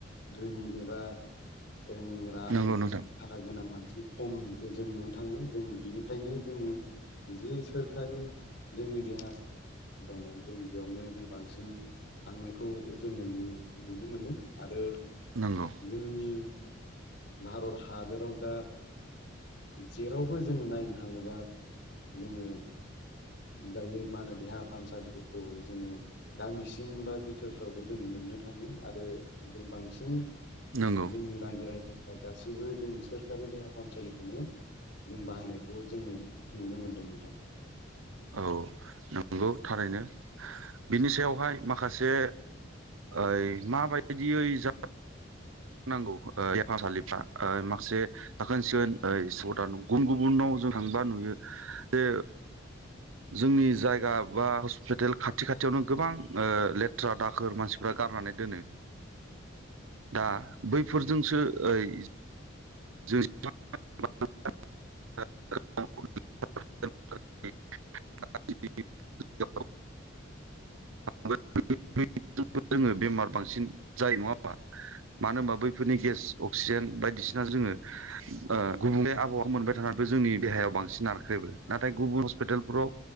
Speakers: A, on the left (about 60°); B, on the right (about 85°).
A: धोनि एबा ओं रां
B: नंगौ नोंथां
A: थाखा गोनां मानसि खमखौ जों नुनो थाङो जों बिनिखायनो जोङो जे सोरखारि जोंनि जि दङ जों बेयावनो जों बांसिन जों थांनायखौ जोङो नु नुनो मोनो आरो
B: नंगौ
A: जोंनि भारत हादोराव दा जेरावबो जोङो नायनो थाङोबा जोङो दायो मा होनो देहा फाहामसालिफोरखौ जोङो गामि सिं बा बिथोरफ्रावबो जों मोननो थाङो आरो जों बांसिन
B: नंगौ
A: जोंनि रायजो राय या गासिबो जों सोरखारि देहा फाहामसालिखौनो जों बाहायनायखौ जोङो नुनो मोनदों नोंथां।
B: औ नोंगौ थारैनो बिनि सायावहाय माखासे ओइ माबायदियै जा नांगौ ओ देहा फाहामसालिफ्रा ओ माखासे साखोन सिखोन ओइ सधान गुबुन गुबुनाव जों थाङोबा नुयो जे जोंनि जायगा बा हस्पिटेल खाथि खाथियावनो गोबां ओ लेथ्रा दाखोर मानसिफ्रा गारनानै दोनो दा बैफोरजोंसो ओइ <unintelligible> <unintelligible> <unintelligible> जोङो बेमार बांसिन जायो नङा होमबा? मानो ओमबा बैफोरनि गेस अक्सिजेन बायदिसिना जोंङो ओ गुबुंले आबहावा मोनबाय थानान बो जोंनि देहायाव बांसिन नारख्रेबो नाथाय गुबुन हस्पिटालफोराव